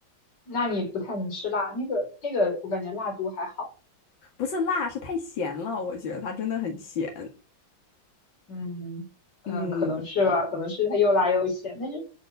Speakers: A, on the left; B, on the left.
A: 那你不太能吃辣，那个那个我感觉辣度还好，
B: 不是辣，是太咸了，我觉得它真的很咸。
A: 嗯嗯，
B: 嗯
A: 可能是吧，可能是它又辣又咸，但是